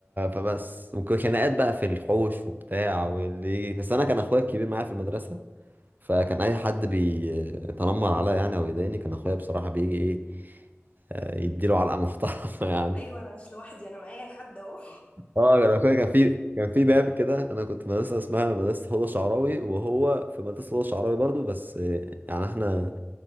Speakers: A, on the right (about 40°); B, on the left (about 25°).
A: فبس ممكن خناقات بقى في الحوش وبتاع واللي بس انا كان اخويا الكبير معايا في المدرسه فكان اي حد بيتنمر عليا يعني او يضايقني كان اخويا بصراحه بيجي ايه آه، يديله علقه محترمه <laughs> يعني
B: ايوه انا مش لوحدي انا معايا حد اهو
A: اه كان اخويا كان في كان في باب كده انا كنت في مدرسه اسمها مدرسه هدى شعراوي وهو في مدرسه هدى شعراوي برضو بس آه، يعني احنا